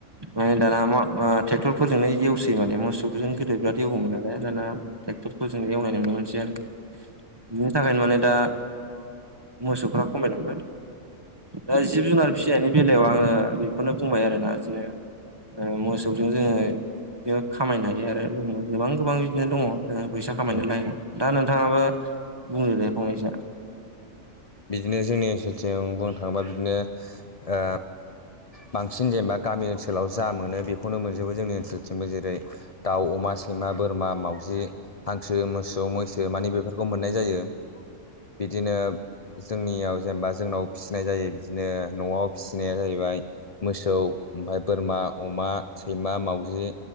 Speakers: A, on the right; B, on the left.
A: ओ दाना मा थेक्थर फोरजोंनो एवस सै माने मोसौखोजों गोदो बिराद एवोमोन नालाय दाना टेक्टरफोर जों एवनाय नुनो मोनसै आरो बिनि थाखायनो माने दा मोसौफ्रा खमायलांबाय दा जिब जुनार फिसिनायनि बेलायाव आङो बेखौनो बुंबाय आरोना। बिदिनो ओ मोस मोसौजों जोङो खामायनो हायो आरो जोङो गोबां गोबां बिदिनो दङ। फैसा खामायनो
B: औ
A: लायेनाव दा नोंथाङाबो बुंदो दे फंनैसो।
B: बिदिनो जोंनि ओनसोलथिं बुंनो थाङोबा बिदिनो ओ बांसिन जेनेबा गामि ओनसोलाव जा मोनो बेखौनो मोनजोबो जोंनि ओनसोलथिंबो जेरै दाउ अमा सैमा बोरमा मावजि हांसो मोसौ मैसो मानि बेफोरखौ मोननाय जायो। बिदिनो जोंनियाव जेनेबा जोंनाव फिसिनाय जायो बिदिनो न'आव फिसिनाया जाहैबाय मोसौ। ओमफ्राय बोरमा अमा सैमा मावजि